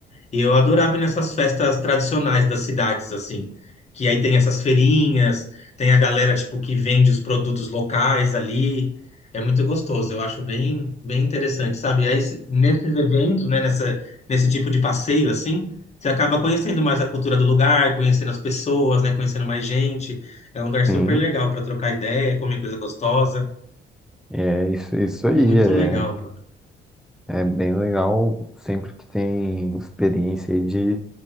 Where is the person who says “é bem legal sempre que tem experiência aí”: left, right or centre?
Centre